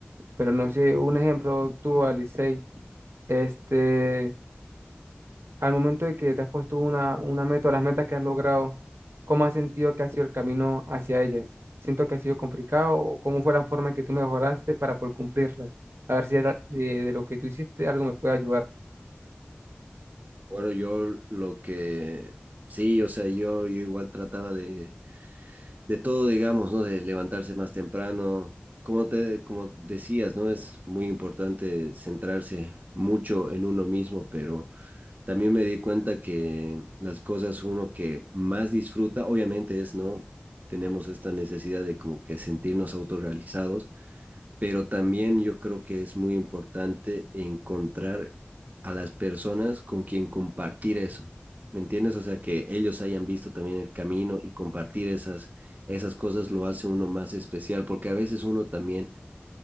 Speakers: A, on the right; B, on the right.
A: Pero no sé, un ejemplo, tú, Alice, este, al momento de que te has puesto una, una meta, o las metas que has logrado, ¿cómo has sentido que ha sido el camino hacia ellas? ¿Siento que ha sido complicado o cómo fue la forma en que tú mejoraste para poder cumplirlas? A ver si era- de, de lo que tú hiciste algo me puede ayudar.
B: Bueno, yo lo que sí, o sea, yo, yo igual trataba de, de todo, digamos, ¿no? De levantarse más temprano. Como te, como decías, ¿no? Es muy importante centrarse mucho en uno mismo, pero también me di cuenta que las cosas uno que más disfruta, obviamente es, ¿no? Tenemos esta necesidad de como que sentirnos autorrealizados, pero también yo creo que es muy importante encontrar a las personas con quien compartir eso, ¿me entiendes? O sea, que ellos hayan visto también el camino y compartir esas, esas cosas lo hace uno más especial, porque a veces uno también,